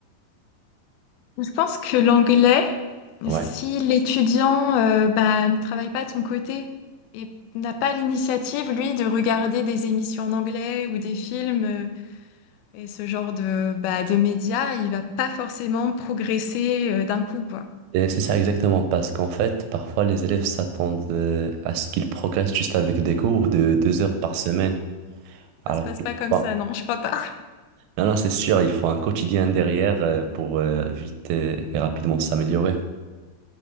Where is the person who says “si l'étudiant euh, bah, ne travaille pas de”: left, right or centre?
Left